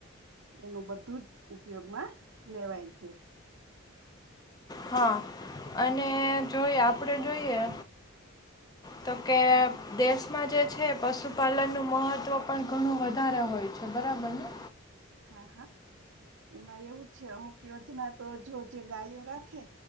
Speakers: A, on the right; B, on the left.
A: એનું બધું જ ઉપયોગમાં લેવાય છે.
B: હા, અને જોય આપણેે જોઈએ
A: <inaudible>
B: તો કે દેશમાં જે છે પશુપાલનનું મહત્ત્વ પણ ઘણું વધારે હોય છે. છે બરાબને.
A: હા હા, એમાં એવું છે અમુક યોજના તો જો જે ગાયો રાખે.